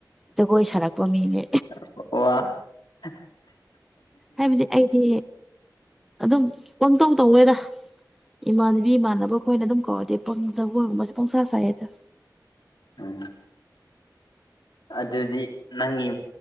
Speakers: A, in the centre; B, on the left (about 85°).
A: ꯖꯒꯣꯏ ꯁꯥꯔꯛꯄ ꯃꯤꯅꯦ
B: ꯑꯣ
A: ꯍꯥꯏꯕꯗꯤ ꯑꯩꯗꯤ ꯑꯗꯨꯝ ꯄꯪꯇꯧ ꯇꯧꯋꯦꯗ ꯏꯃꯥꯟꯅꯕꯤ ꯏꯃꯥꯟꯅꯕ ꯈꯣ ꯏꯅ ꯑꯗꯨꯝ ꯀꯧꯔꯗꯤ ꯄꯨꯡ ꯖꯒꯣꯏꯒꯨꯝꯕꯁꯦ ꯄꯪꯁꯥ ꯁꯥꯏꯌꯦꯗ
B: ꯎꯝ ꯑꯗꯨꯗꯤ ꯅꯪꯒꯤ